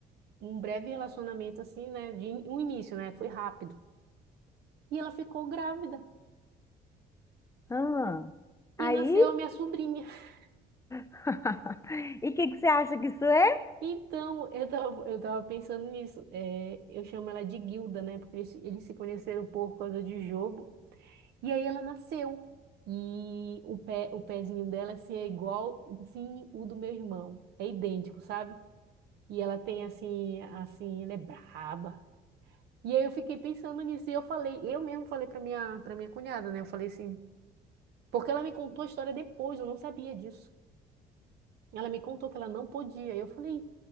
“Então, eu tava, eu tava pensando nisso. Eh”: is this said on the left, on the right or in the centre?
Right